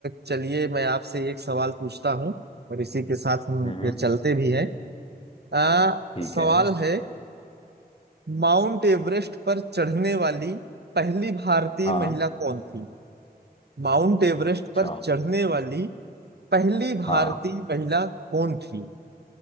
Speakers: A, on the right; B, on the left.
A: चलिए मैं आपसे एक सवाल पूछता हूँ और इसी के साथ हम
B: हम्म
A: फिर
B: हम्म,
A: चलते भी हैं आ,
B: ठीक
A: सवाल
B: है
A: है माउंट एवरेस्ट पर चढ़ने वाली पहली भारतीय
B: हाँ
A: महिला कौन थी माउंट एवरेस्ट
B: अच्छा
A: पर चढ़ने वाली पहली भारतीय
B: हाँ
A: महिला कौन थी